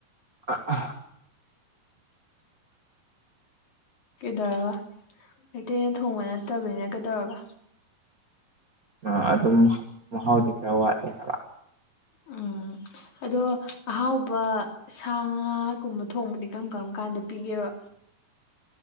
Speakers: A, on the right (about 35°); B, on the left (about 60°).
A: ꯑꯥ ꯑ
B: ꯀꯩꯗꯧꯔꯕ ꯃꯩꯇꯩꯅ ꯊꯣꯡꯕ ꯅꯠꯇꯕꯅꯤꯅ ꯀꯩꯗꯧꯔꯕ
A: ꯑꯥ ꯑꯗꯨꯝ ꯃꯍꯥꯎꯗꯤ ꯈꯔ ꯋꯥꯠꯂꯦ ꯍꯥꯏꯕ
B: ꯎꯝ ꯑꯗꯣ ꯑꯍꯥꯎꯕ ꯁꯥ ꯉꯥꯒꯨꯝꯕ ꯊꯣꯡꯕꯗꯤ ꯀꯝ ꯀꯝ ꯀꯥꯟꯗ ꯄꯤꯒꯦꯕ